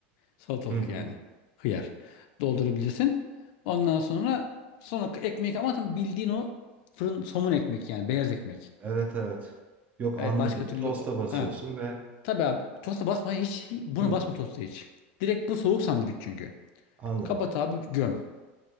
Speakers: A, on the left (about 60°); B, on the right (about 25°).
A: Salatalık
B: Hı hı.
A: yani. Hıyar. Doldurabilirsin. Ondan sonra sonra ekmeği ama tabii bildiğin o fırın somun ekmek yani beyaz ekmek.
B: Evet evet. Yok anladım.
A: Evet, başka türlü
B: Tosta
A: o-
B: basıyorsun
A: ha.
B: ve
A: Tabii abi tosta basma hiç bunu
B: hı,
A: basma tosta hiç. Direkt bu soğuk sandviç çünkü.
B: anladım.
A: Kapat abi göm.